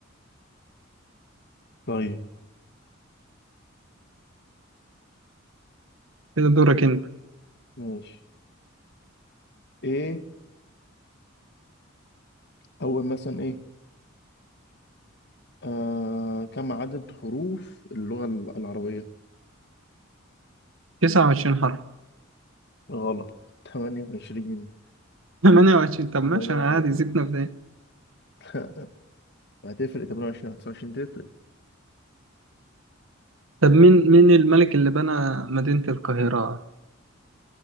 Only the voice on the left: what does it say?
طيب
ماشي ايه اول مثلا ايه آه كم عدد حروف اللغة ال- العربية
غلط <laughs> 28
إجابة
خاطئة
<laughs> هتفرق 28 29 تفرق